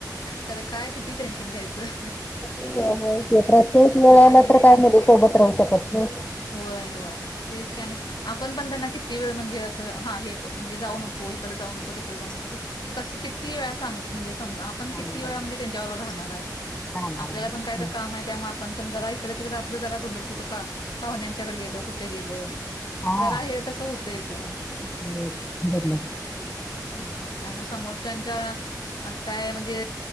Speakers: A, on the left; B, on the left.
A: खरं काय किती टेन्शन घ्यायचं.
B: ठी आहे प्रत्येक वेळाला
A: आणि
B: तर काय सोबत
A: होय
B: राहू शकत नाही.
A: होय होय. तेच क आपण पण त्यांना किती वेळ म्हणजे असं हा हे म्हणजे जाऊ नको इकड जाऊ नको त कस किती वे म्हणजे समजा आपण
B: आणि
A: किती
B: मग
A: वेळ म्हणजे त्यांच्यावर राहणार आहे.
B: राहणार
A: आपल्याला
B: आहे
A: पण काय
B: ना
A: तर काम त्या आपण पण जरा इकड तिकडडे आपलं जरा दुर्लक्ष का पाहुण्यांच्याकडे गेलो कुठे गेलं?
B: हा
A: जरा हे तस होतयच ओ.
B: बरोबर
A: हो त्यामुळे समोरच्याच्या असं काय म्हणजे